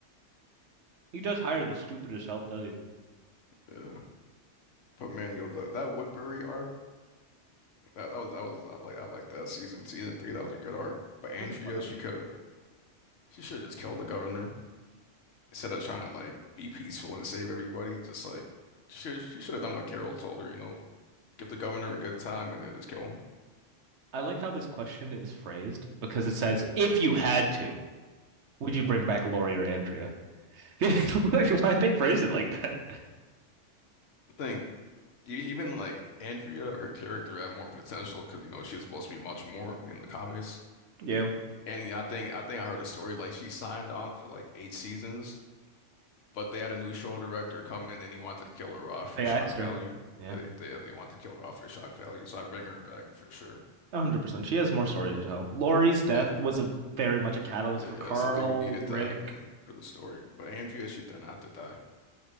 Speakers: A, on the right; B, on the left.
A: He does hire the stupidest help, does he? It
B: Yeah, but man, yo, the, that Woodbury arc, that, that was that was I like I like that season season three. That was a good arc. But Andrea,
A: was a fun arc.
B: she could have she should have just killed the governor instead of trying to like be peaceful and save everybody. Just like she she should have done what Carol told her, you know, give the governor a good time and then just kill him.
A: I like how this question is phrased because it says, if you had to, would you bring back Lori or Andrea? <laughs> Why did they phrase it like that?
B: I think. e- Even like Andrea, her character had more potential because you know she was supposed to be much more in the comics.
A: Yeah.
B: And yeah, I think I think I heard a story like she signed on for like eight seasons, but they had a new show director come in and he wanted to kill her off for
A: They
B: shock
A: asked
B: value.
A: her. Yeah,
B: Yeah, they they, they want to kill her off for shock value, so I bring her back for sure.
A: 100%. She has more story to tell. Lori's death
B: Yeah,
A: was a very much a catalyst
B: yeah,
A: for
B: yeah.
A: Carl,
B: Something you needed
A: Rick.
B: to happen for the story. But Andrea, she didn't have to die.